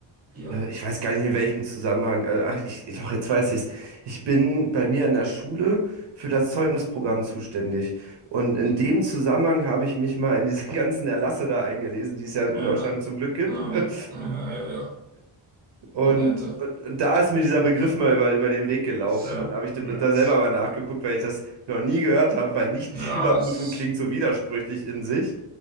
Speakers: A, on the right; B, on the right.
A: ja.
B: Äh, Ich weiß gar nicht in welchem Zusammenhang. Äh, Ach, ich, ich- doch, jetzt weiß ich es. Ich bin bei mir an der Schule für das Zeugnisprogramm zuständig. Und in
A: Mhm.
B: dem Zusammenhang habe ich mich mal in diese <laughs> ganzen Erlasse da eingelesen, die es ja in
A: Ja,
B: Deutschland zum Glück gibt.
A: ja,
B: <laughs>
A: ja, ja, ja. ja.
B: Und,
A: Ohne Ende.
B: und, und da ist mir dieser Begriff mal über, über den Weg gelaufen.
A: So,
B: Und da habe ich da da
A: ja, es,
B: selber mal nachgeguckt, weil ich das noch nie gehört habe, weil Nicht-Schülerprüfung
A: ja, es.
B: klingt so widersprüchlich in sich.